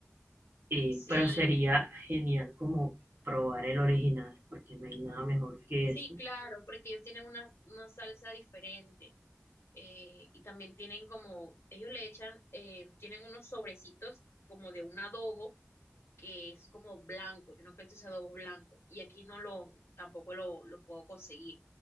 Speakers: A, on the right; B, on the left.
A: eh,
B: Sí,
A: pero sería genial como probar el original, porque no hay nada mejor que
B: sí,
A: eso.
B: claro, porque ellos tienen una, una salsa diferente. eh, y también tienen como, ellos le echan, eh, tienen unos sobrecitos como de un adobo que es como blanco, yo no creo que ese adobo blanco, y aquí no lo, tampoco lo, lo puedo conseguir.